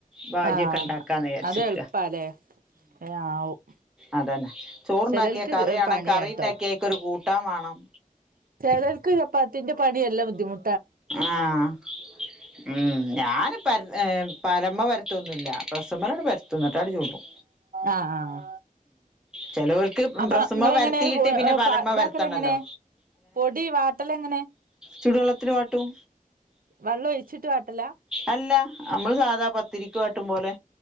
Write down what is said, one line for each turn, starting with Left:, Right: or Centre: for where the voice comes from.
Centre: ബാജിയൊക്കെണ്ടാക്കാന്ന്
Right: ആഹ്
Centre: വിചാരിച്ചിരിക്ക
Right: അത് എളുപ്പാലേ ഏഹ് ആവും
Centre: അതന്നെ. ചോറ്ണ്ടാക്കിയാ
Right: ചെലോൽക്ക്
Centre: കറ്യാണം.
Right: പണിയാട്ടോ
Centre: കറിണ്ടാക്കിയ അയ്ക്കൊരു കൂട്ടാൻ വേണം.
Right: ചേലോൽക്ക്ചപ്പാത്തിന്റെ പണി നല്ല ബുദ്ധിമു
Centre: ആഹ് ഉം ഞാൻ പ്പ ര പരമ പരത്തൊന്നുല്ല. പ്രസ്മലങ്ങട് പരത് തും ന്ന്ട്ടങ്ങാട് ചുടും
Right: ആഹ് ആഹ് ആഹ്
Centre: ചെലോർക്ക്
Right: അപ്പ
Centre: പ്രസ്മ്മ
Right: ഇങ്ങള്
Centre: പരത്തിയിട്ട്
Right: എങ്ങനെയാ? പൂവാ
Centre: പിന്നെ
Right: ആഹ്
Centre: പലമ്മ
Right: പ ഇതാക്കലെങ്ങനെ?
Centre: പരത്തണല്ലോ
Right: പൊടി വാട്ടല് എങ്ങനെ?
Centre: ചൂടുവെള്ളത്തില് വാട്ടും.
Right: വെള്ളം ഒഴിച്ചിട്ട് വാട്ടലാ?
Centre: അല്ല, നമ്മള് സാധാ പത്തിരിക്കു വാട്ടുമ്പോലെ.